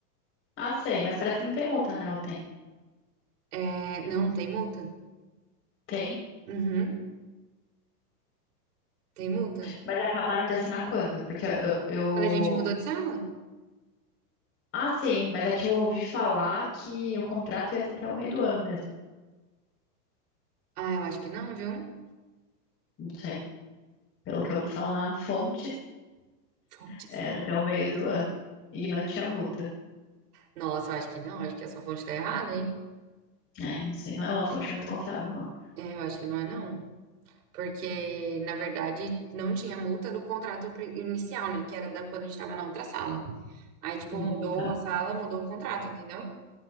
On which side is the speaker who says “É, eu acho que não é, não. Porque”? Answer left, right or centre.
Right